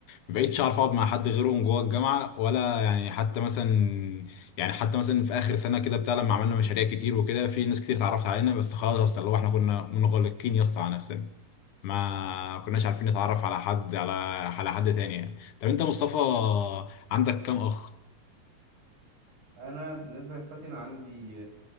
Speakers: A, on the left; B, on the right.
A: ما بقتش اعرف اقعد مع حد غيرهم جوه الجامعه ولا يعني حتى مثلا يعني حتى مثلا في اخر سنه كده بتاع لما عملنا مشاريع كتير وكده في ناس كتير اتعرفت علينا بس خلاص اصلا اللي هو احنا كنا منغلقين يا اسطى على نفسنا ما كناش عارفين نتعرف على حد على على حد تاني يعني طب انت مصطفى عندك كام اخ
B: انا بالنسبه لاخواتي انا عندي